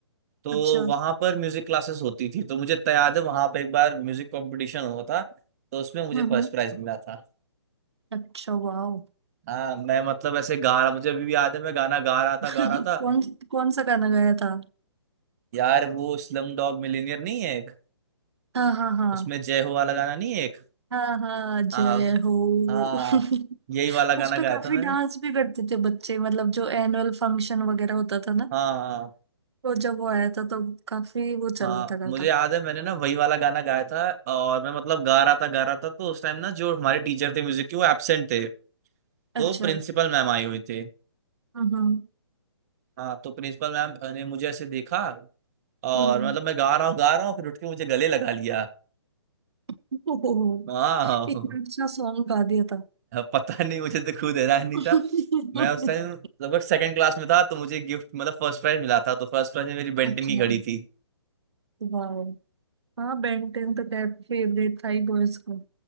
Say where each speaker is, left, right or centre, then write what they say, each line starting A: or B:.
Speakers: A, on the right; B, on the right.
A: तो
B: अच्छा
A: वहां पर म्यूजिक क्लासेस होती थी तो मुझे तो याद है वहां पर एक बार म्यूजिक कंपटीशन हुआ था तो उसमें मुझे
B: हम्म
A: फर्स्ट
B: हम्म,
A: प्राइज मिला था
B: अच्छा वाह
A: हाँ मैं मतलब ऐसे गा रहा मुझे अभी भी याद है मैं गाना गा रहा
B: <laughs>
A: था गा रहा था
B: कौन कौन सा गाना गाया था
A: यार वो स्लम डॉग मिलियनेयर नहीं है एक
B: हाँ हाँ हाँ
A: उसमें जय हो वाला गाना नहीं है एक
B: हाँ हाँ जय
A: हाँ
B: हो
A: हाँ
B: <laughs>
A: यही वाला गाना
B: उस पे
A: गाया
B: काफी
A: था मैंने
B: डांस भी करते थे बच्चे मतलब जो एनुअल फंक्शन वगैरह होता था ना
A: हाँ
B: तो जब वो आया था तो काफी वो चल
A: हाँ
B: रहा था गाना
A: मुझे याद है मैंने ना वही वाला गाना गाया था और मैं मतलब गा रहा था गा रहा था तो उस टाइम ना जो हमारे टीचर थे म्यूजिक के वो एब्सेंट थे तो
B: अच्छा
A: प्रिंसिपल मैम आई हुई थी
B: हम्म
A: हाँ तो प्रिंसिपल मैम ने मुझे ऐसे देखा और
B: हम्म
A: मतलब मैं गा रहा हूँ गा रहा हूँ फिर उठ के मुझे गले लगा लिया
B: <laughs> ओहो,
A: हाँ <laughs>
B: इतना अच्छा सॉन्ग गा दिया था
A: पता नहीं मुझे तो खुद हैरान नहीं
B: <laughs>
A: था मैं उस टाइम लगभग सेकंड क्लास में था तो मुझे गिफ्ट मतलब फर्स्ट प्राइज मिला था तो फर्स्ट प्राइज में मेरी बेंटन
B: अच्छा
A: की घड़ी थी
B: वाह हाँ बेन टेन तो खैर फेवरेट था ही बॉयज को